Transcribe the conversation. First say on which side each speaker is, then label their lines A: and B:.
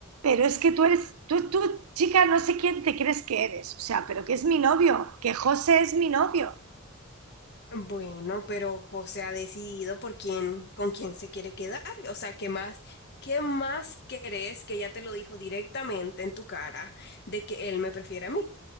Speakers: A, on the right; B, on the left.
A: Pero es que tú eres, tú, tú, chica, no sé quién te crees que eres, o sea, pero que es mi novio, que José es mi novio.
B: Bueno, pero José ha decidido por quién, con quién se quiere quedar. O sea, ¿qué más, qué más querés que ya te lo dijo directamente en tu cara de que él me prefiere a mí?